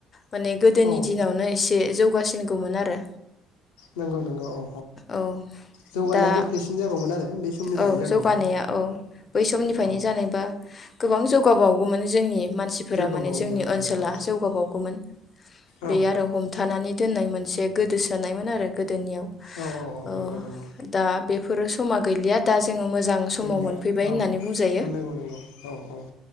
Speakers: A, on the left; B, on the left.
A: माने गोदोनि
B: औ
A: दिनावनो एसे जौगासिनगौमोन आरो।
B: नंगौ नंगौ औ
A: औ
B: जौगानाया
A: दा
B: गोख्रैसिन जागौमोन आरो बे समनिफ्रायनो
A: औ
B: जानायमोनबा
A: जौगानाया औ बै समनिफ्रायनो
B: औ
A: जानायबा गोबां जौ गा बावगौमोन जोंनि मानसिफोरा
B: जौगाबावगौमोन
A: माने जोंनि
B: औ
A: ओनसोला
B: औ
A: जौगाबावगौमोन।
B: औ
A: बे आरो हमथानानै दोननाय मोनसे बे गोदोसोनायमोन आरो गो दोनियाव।
B: औ औ
A: ओ
B: नंगौ नंगौ
A: दा बेफोर समा गैलिया दा जोङो मोजां समाव
B: गैलिया
A: मोनफैबाय
B: औ
A: होननानै बुंजायो।
B: नंगौ नंगौ औ औ।